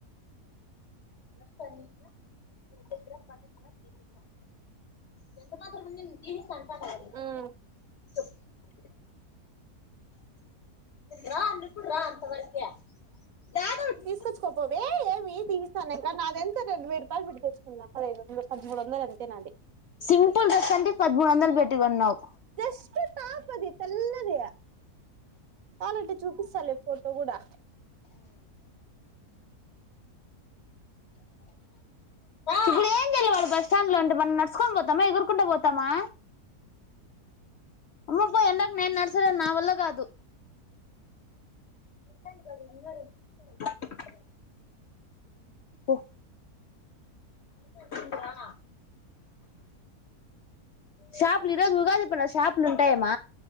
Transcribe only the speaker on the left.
<inaudible> ఎంత మాత్రం <inaudible>
చెప్పు రా అన్నప్పుడు రా అంతవరకే యాదోటి
సింపల్ డ్రెస్ అంటే పదమూడు వందల్ బెట్టి కొన్నావు
ఇప్పుడు ఏంచేయాలి వాడు బస్ స్టాండ్ లో అంటే మనం నడుచుకొని పోతామా ఎగురుకుంటా పోతామా అమ్మ పో ఎండకు నేను నడసలేను నా వల్ల కాదు <unintelligible> ఓ <unintelligible> రానా షాపులు ఈరోజు ఉగాది పండుగ షాపులు ఉంటాయ మ